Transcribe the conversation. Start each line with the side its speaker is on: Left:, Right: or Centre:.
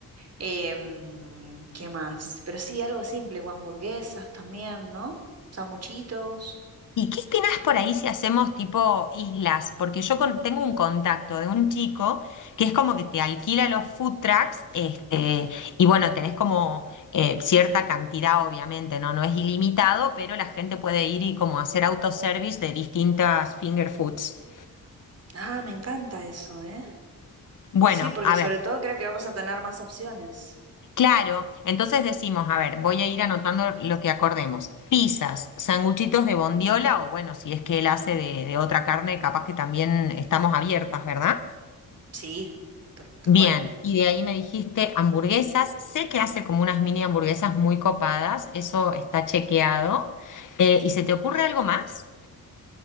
Right: Em, ¿qué más? Pero sí, algo simple, o hamburguesas también, ¿no? Sanguchitos.
Left: ¿Y qué opinas por ahí si hacemos tipo islas? Porque yo con- tengo un contacto de un chico que es como que te alquila los food trucks, este, y bueno, tenés como eh, cierta cantidad, obviamente, ¿no? No es ilimitado, pero la gente puede ir y como hacer autoservice de distintas finger foods.
Right: Ah, me encanta eso, ¿eh?
Left: Bueno,
Right: Sí, porque
Left: a
Right: sobre
Left: ver,
Right: todo creo que vamos a tener más opciones.
Left: claro, entonces decimos, a ver, voy a ir anotando lo que acordemos. Pizzas, sanguchitos de bondiola,
Right: Ujú.
Left: o bueno, si es que él hace de de otra carne, capaz que también estamos abiertas, ¿verdad?
Right: Sí, tal tal
Left: Bien,
Right: cual.
Left: y de ahí me dijiste hamburguesas. Sé que hace como unas mini hamburguesas muy copadas, eso está chequeado. Eh, ¿y se te ocurre algo más?